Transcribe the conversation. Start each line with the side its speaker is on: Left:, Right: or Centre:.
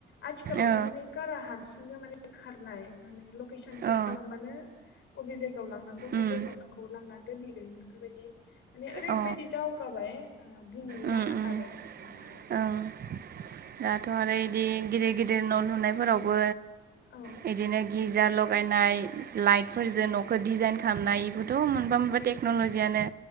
Left: आथिखालावथ'
Right: ओ
Left: माने खारा हारसि हारसिंनो माने खारनाय माने लकेसन सेर
Right: ओ
Left: खालामबानो अबे जायगायाव लांनांगौ बबे
Right: उम
Left: जायगायाव नोंखौ लांना दोनहैगोन बेफोरबायदि माने ओरैबायदि
Right: अ
Left: दावगाबाय बुंनोनो
Right: उम
Left: नाङा
Right: उम
Left: आरो <unintelligible> औ
Right: ओं दाथ' आरो इदि गिदिर गिदिर न' लुनायफोराव बो
Left: औ
Right: बिदिनो गिजार लगायनाय लाइटफोरजों न'खौ डिजाइन खालामनाय इफोरथ' मोनबा मोनबा टेक्न'ल'जियानो